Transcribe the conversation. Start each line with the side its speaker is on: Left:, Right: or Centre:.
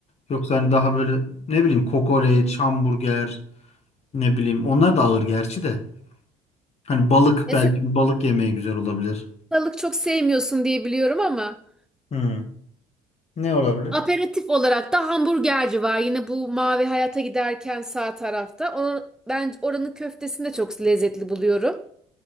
Left: Yoksa hani daha böyle ne bileyim kokoreç, hamburger, ne bileyim onlar da ağır gerçi de. Hani balık
Centre: Mesela
Left: belki bir balık yemeği güzel olabilir.
Centre: balık çok sevmiyorsun diye biliyorum ama
Left: Hmm. Ne olabilir?
Centre: aperatif olarak da hamburgerci var. Yine bu Mavi Hayat'a giderken sağ tarafta. Onu, ben oranın köftesini de çok lezzetli buluyorum.